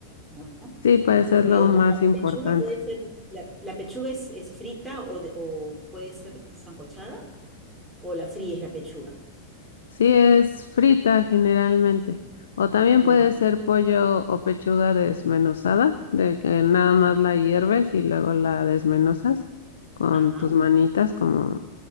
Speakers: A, in the centre; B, on the left.
A: ¿no?
B: Sí, pues
A: Porque
B: es lo más
A: la, la
B: importante.
A: pechuga puede ser, la, la pechuga es, es frita o, de- o puede ser sancochada o la fríes la pechuga.
B: Sí, es frita generalmente. O también
A: Mm.
B: puede ser pollo o pechuga desmenuzada, de que nada más la hierves y luego la desmenuzas con
A: Ajá,
B: tus manitas como